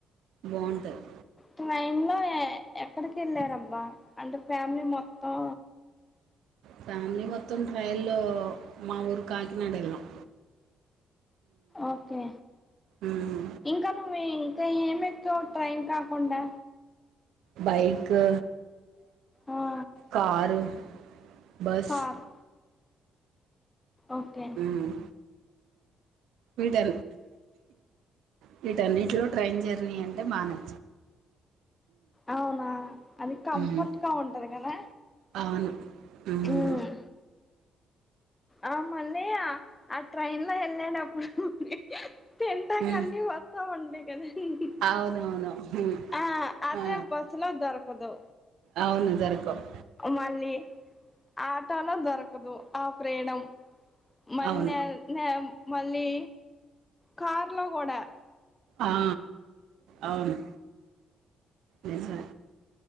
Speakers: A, on the right; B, on the left.
A: బావుంటాది
B: ట్రైన్ లో ఎక్కడికి వెళ్లర్ అబ్బా అంటే ఫ్యామిలీ మొత్తం
A: ఫ్యామిలీ మొత్తం ట్రైన్ లో మా ఊరు కాకినాడ వెళ్లినం
B: ఓకే
A: ఉమ్,
B: ఇంకా నువ్వు ఇంకా ఏమి ఎక్కవు ట్రైన్ కాకుండా
A: బైకు
B: ఆ
A: కారు బస్సు
B: కారు ఓకే
A: ఉమ్ వీటి వీటన్నింటిలో ట్రైన్ జర్నీ అంటే బా న
B: అవునా అది కంఫర్ట్
A: మ్మ్
B: గా ఉంటంది కదా
A: అవును ఉహ్మ్
B: ఉమ్. ఆ మళ్ళీ ఆ ట్రైన్ లో ఏళ్ళేటప్పుడు తిందాకా
A: మ్మ్
B: అన్ని వత్తా ఉండయ్ కాదండి.
A: అవునవును మ్మ్
B: ఆ అదే
A: ఆ
B: బస్సులో దొరుకదో
A: అవును జోర్కావ్
B: మళ్ళీ ఆటలో దొరకదు ఆ ఫ్రీడమ్ మళ్ళీ
A: అవును
B: నేన్ నే మళ్ళీ కార్ లో గూడా
A: ఆ అవును నిజమే